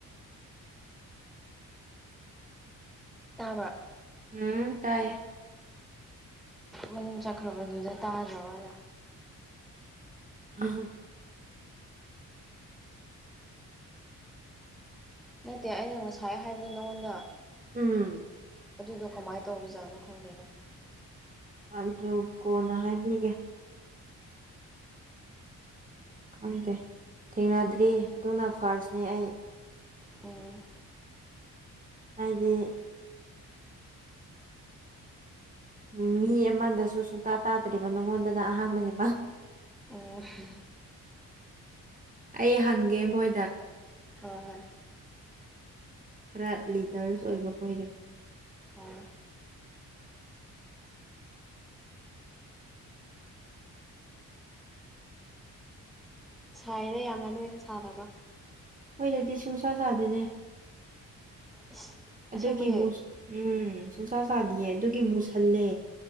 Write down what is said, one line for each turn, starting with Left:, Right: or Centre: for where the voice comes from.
Centre: ꯇꯥꯕ꯭ꯔ
Right: ꯎꯝ ꯇꯥꯏꯌꯦ
Centre: ꯃꯟ ꯆꯠꯈ꯭ꯔꯕꯗꯨꯗ ꯇꯥꯗ‍꯭ꯔꯥꯕꯅ
Right: <unintelligible>
Centre: ꯅꯠꯇꯦ ꯑꯩꯅ ꯉꯁꯥꯏ ꯍꯥꯏ ꯑꯗꯣ ꯅꯪꯉꯣꯟꯗ
Right: ꯎꯝ
Centre: ꯑꯗꯨꯗꯣ ꯀꯃꯥꯏꯅ ꯇꯧꯕꯖꯥꯠꯅꯣ ꯈꯪꯗꯦꯗ
Right: ꯑꯗꯨ ꯀꯣꯟꯅ ꯍꯥꯏꯕꯤꯒꯦ ꯈꯪꯗꯦ ꯊꯦꯡꯅꯗ꯭ꯔꯤ ꯑꯗꯨꯅ ꯐꯥꯔꯁꯅꯦ ꯑꯩ
Centre: ꯎꯝ
Right: ꯍꯥꯏꯗꯤ ꯎꯝ ꯃꯤ ꯑꯃꯗꯁꯨ ꯁꯨꯡꯇꯥ ꯇꯥꯗ꯭ꯔꯤꯕ ꯅꯉꯣꯟꯗꯅ ꯑꯍꯥꯟꯕꯅꯤ
Centre: ꯑꯣ ꯍ
Right: ꯑꯩ ꯍꯪꯒꯦ ꯃꯣꯏꯗ
Centre: ꯍꯣꯏ ꯍꯣꯏ
Right: ꯈꯔ ꯂꯤꯗꯔꯁ ꯑꯣꯏꯕ ꯀꯣꯏꯔꯦ
Centre: ꯑꯣ ꯁꯥꯏꯗ ꯌꯥꯝꯅ ꯅꯣꯏꯗꯤ ꯁꯥꯗꯕ꯭ꯔꯣ
Right: ꯑꯩꯈꯣꯏꯗꯗꯤ ꯁꯨꯡꯁꯥ ꯁꯥꯗꯦꯅꯦ
Centre: ꯏꯁ
Right: ꯑꯗꯨꯒꯤ
Centre: ꯑꯁꯦꯡꯕꯒꯤ
Right: ꯃꯨ ꯎꯝ ꯁꯨꯡꯁꯥ ꯁꯥꯗꯤꯌꯦ ꯑꯗꯨꯒꯤ ꯃꯨꯁꯜꯂꯦ